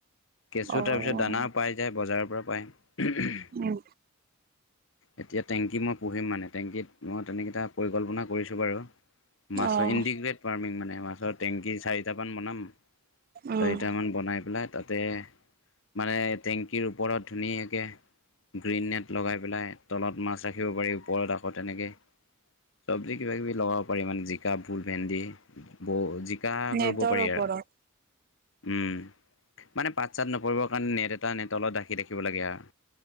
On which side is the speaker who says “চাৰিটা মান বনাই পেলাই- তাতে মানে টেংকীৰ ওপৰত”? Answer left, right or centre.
Left